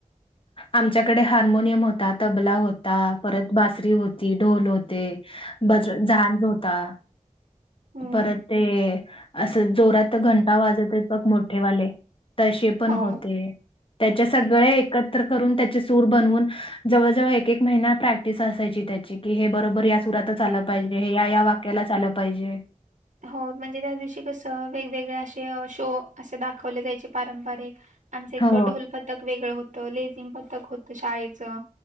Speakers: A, on the left (about 40°); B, on the right (about 70°).
A: आमच्याकडे हार्मोनियम होता, तबला होता परत बासरी होती, ढोल हो ते बज जांज होता
B: हम्म
A: परत ते असं जोरात तर घंटा वाजते बघ मोठेवाले तसे पण
B: हो.
A: होते. त्याच्या सगळे एक त्र करून त्याची सूर बनवून जवळ जवळ एक एक महिना प्रॅक्टिस असायची त्याची की हे बरोबर या सुरातच आलं पाहिजे, हे या या वाक्यालाच आलं पाहिजे.
B: हो म्हणजे त्या दिवशी कसं वेगवेगळे असे शो असे दाखवले जायचे पारंपरिक. आमचं एक
A: हो,
B: ढोल पथक वेगळं होतं लेझिम पथक होतं शाळेचं.